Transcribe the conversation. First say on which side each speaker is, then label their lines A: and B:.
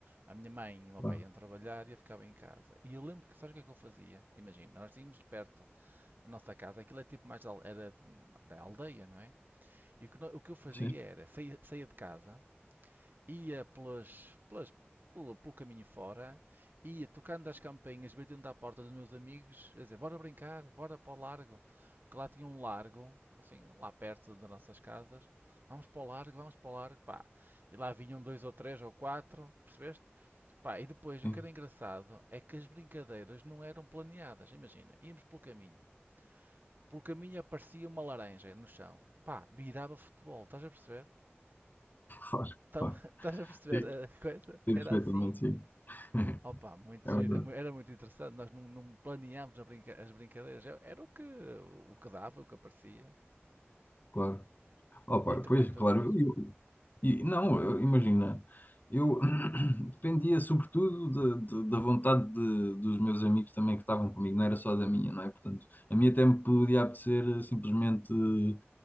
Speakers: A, on the right; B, on the left.
A: a minha mãe e o meu
B: claro.
A: pai iam trabalhar e eu ficava em casa. E eu lembro que, sabes o que é que eu fazia? Imagina, nós tínhamos perto da nossa casa, aquilo é tipo mais, al- era, era aldeia, não é? E o que, no- o que eu fazia
B: Sim,
A: era, saía, saía de casa, ia pelas, pelas, pelo, pelo caminho fora, ia tocando as campainhas, batendo à porta dos meus amigos, a dizer, bora brincar, bora para o largo. Porque lá tinha um largo, assim, lá perto das nossas casas. Vamos para o largo, vamos para o largo, pá. E lá vinham dois ou três ou quatro, percebeste? Pá, e depois
B: sim.
A: o que era engraçado é que as brincadeiras não eram planeadas. Imagina, íamos pelo caminho. Pelo caminho aparecia uma laranja no chão. Pá, virava futebol, estás a perceber?
B: Claro,
A: Tá-
B: claro.
A: <laughs> Estás a perceber
B: Sim,
A: a coisa?
B: sim,
A: Era
B: perfeitamente,
A: assim.
B: sim. <laughs>
A: Opa, muito
B: É
A: giro,
B: verdade,
A: é mu- era muito interessante. Nós não, não planeámos a brinca- as brincadeiras, era era o que, o que dava, o que aparecia.
B: claro. Oh, pá,
A: E tu
B: pois,
A: como é que
B: claro,
A: fazias?
B: eu, e, não, eu- imagina, eu <clears throat> dependia sobretudo de- de- da vontade de- dos meus amigos também que estavam comigo, não era só da minha, não é? Portanto, a minha até me podia apetecer eh, simplesmente eh,